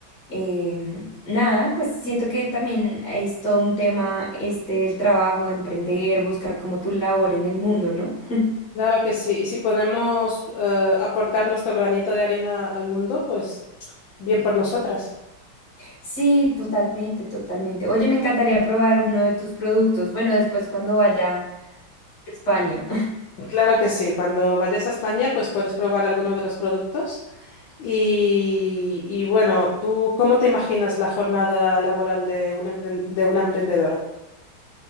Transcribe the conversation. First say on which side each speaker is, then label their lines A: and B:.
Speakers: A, on the left (about 60°); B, on the left (about 80°).
A: em, nada, pues siento que también es todo un tema este el trabajo, emprender, buscar como tu labor en el mundo, ¿no?
B: Claro que sí, y si podemos eh, aportar nuestro granito de arena al mundo, pues bien por nosotras.
A: Sí, totalmente, totalmente. Oye, me encantaría probar uno de tus productos. Bueno, después cuando vaya a España.
B: Claro que sí, cuando vayas a España, pues puedes probar alguno de los productos. Y, y bueno, ¿tú cómo te imaginas la jornada laboral de una, empre- de una emprendedora?